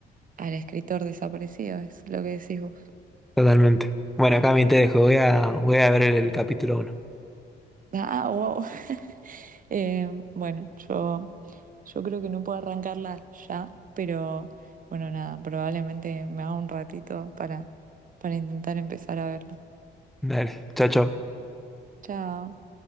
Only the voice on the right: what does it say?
al escritor desaparecido, es lo que decís vos.
Ah, wow. <laughs> Eh, bueno, yo, yo creo que no puedo arrancarla ya, pero bueno, nada, probablemente me haga un ratito para, para intentar empezar a verlo.
Chao.